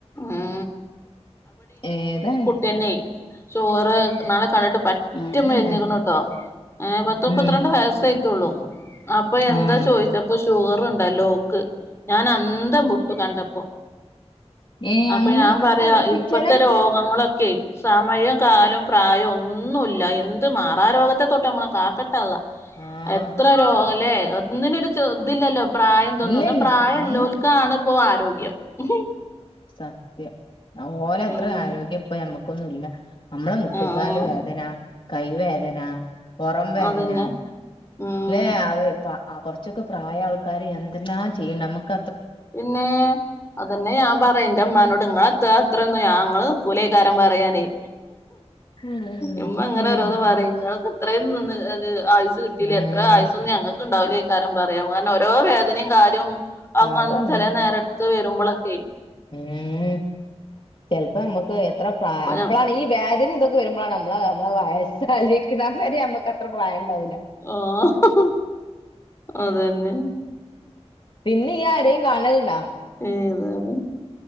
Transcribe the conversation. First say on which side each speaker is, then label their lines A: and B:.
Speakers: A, on the left; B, on the left.
A: ഉം
B: ഏതാണ്
A: തന്നെ ഷുഅറ് ന്നാൾ കണ്ടിട്ട് പറ്റ്
B: അതന്നെ
A: പറ്റെ മെലിഞ്ഞിക്ക്ണുട്ടോ ഏ പത്ത് മുപത്തിരണ്ട്
B: ഉം
A: വയസ്സയ്ട്ടുള്ളൂ അപ്പൊ എന്താ
B: ആഹ്
A: ചോദിച്ചപ്പൊ ഷുഗറുണ്ടല്ലോ ഓക്ക് ഞാൻ അന്തം ബുട്ടു കണ്ടപ്പോ
B: ഏ
A: അപ്പൊ
B: അങ്ങ്
A: ഞാൻ പറയാ
B: ആ ഇത്
A: ഇപ്പത്തെ
B: ചെല
A: രോഗങ്ങളൊ രോഗങ്ങളോക്കെ സമയം കാലം പ്രായം ഒന്നുല്ല എന്ത് മാറാ രോഗത്തെ തൊട്ട് നമ്മള കാക്കട്ടെ അള്ളാ
B: ആഹ്
A: എത്ര രോഗം അല്ലേ ഒന്നിനൊരു ചെർതില്ലല്ലോ പ്രായം ഇതൊന്നും
B: ഇല്ലല്ല
A: എന്ന പ്രായംഇല്ലോൽക്കാണ്
B: ഉം
A: ഇപ്പോ ആരോഗ്യം ഉംഹ്
B: സത്യം ഓലത്ര
A: ഉം
B: ആരോഗ്യം പ്പ ഞമ്മക്കൊന്നും ഇല്ല നമ്മള മുട്ടുകാല്
A: ആഹ്
B: വേദന കൈവേദന പുറം വേദന
A: അതന്നെ ഉം
B: ല്ലെ അവര് പ്പ കുറച്ചൊക്കെ പ്രായയ ആൾക്കാർ എന്തെല്ലാം ചെയ്യും നമുക്ക
A: പിന്നെ അതന്നെ ഞാൻ പറന്റെ ഇമ്മനോട് ഇങ്ങടത്ര അത്രഒന്ന് ഞാങ്ങള് നികൂലെക്കരം പറയാനേയ്
B: ഉം
A: ഇമ്മ
B: ഉം
A: ങ്ങനെ ഓരോന്ന് പറയുംഇങ്ങള്ക്ക് ഇത്രയും നിന്ന് അത് ആയുസ്സ് കിട്ടില്ലേ
B: ഉം
A: എത്ര ആയസ്സൊന്നും ഞങ്ങക്ക് ഉണ്ടാവില്ല കാരേം പറയാം കാരണം ഒറ്റ ഓരോ വേദനീം കാര്യം ഒക്ക
B: അതന്നെ
A: ചിലേ നേരത്ത് വരുമ്പളൊക്കെയ്
B: ഏഹ് ചെലപ്പോ നമ്മക്ക് എത്ര പ്രാത്താണ്
A: അപ്പൊ ഞാൻ
B: ഈ വേദനിതൊക്കെ വരുമ്പളാണ് നമ്മള് നമ്മളെ വയസാലൊയ്ക്ക്ണ് നമുക്ക് അത്ര പ്രായം ഉണ്ടാവൂല്ല
A: ആഹ് അതന്നെ
B: പിന്നെയ്യ് ആരെയും കാണല്ണ്ടാ
A: ഏതാലും